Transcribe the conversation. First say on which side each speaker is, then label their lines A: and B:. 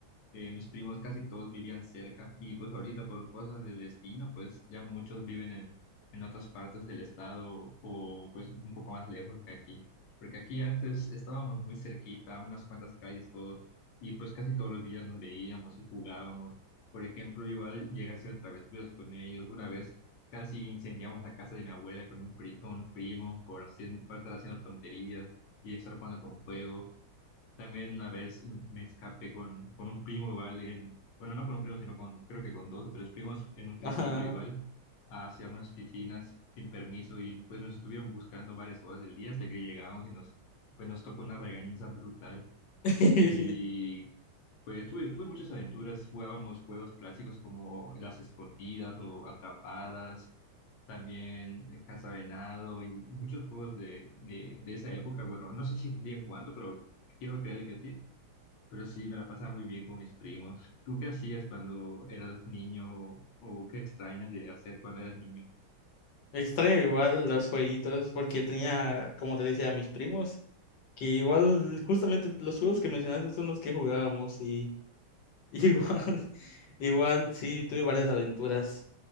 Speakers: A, on the left; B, on the left.
A: Eh, mis primos casi todos vivían cerca y pues ahorita por cosas del destino, pues ya muchos viven en, en otras partes del estado o pues un poco más lejos que aquí. Porque aquí antes estábamos muy cerquita, a unas cuantas calles todos, y pues casi todos los días nos veíamos y jugábamos. Por ejemplo, igual llegué a hacer travesuras con ellos. Una vez casi incendiamos la casa de mi abuela con un, pri- con un primo por, hacer, por estar haciendo tonterías y estar jugando con fuego. También una vez me escapé con, con un primo igual en, bueno, no con un primo, sino con, creo que con dos o tres primos en un triciclo
B: Ajá.
A: igual, hacia unas piscinas sin permiso y pues nos estuvieron buscando varias horas del día hasta que llegamos y nos, pues nos tocó una regañiza brutal.
B: <laughs>
A: Y pues tuve, tuve muchas aventuras, jugábamos juegos clásicos como las escondidas o atrapadas, también eh, cazavenado y muchos juegos de, de, de esa época. Bueno, no sé si siguen jugando, pero quiero creer que sí. Pero sí, me la pasaba muy bien con mis primos. ¿Tú qué hacías cuando eras niño o qué extrañas de hacer cuando eras niño?
B: Extraño igual los jueguitos porque tenía, como te decía, a mis primos que igual justamente los juegos que mencionaste son los que jugábamos <laughs> Igual, igual, sí, tuve varias aventuras.